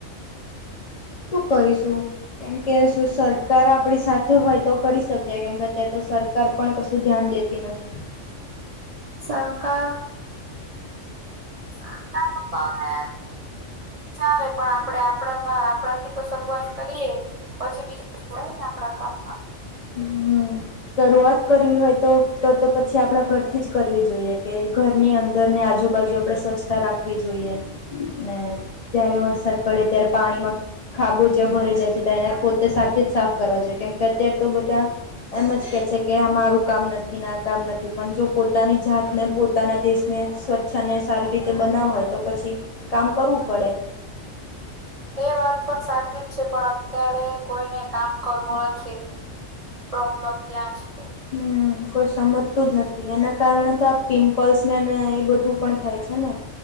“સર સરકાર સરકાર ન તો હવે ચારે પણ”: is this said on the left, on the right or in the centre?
Right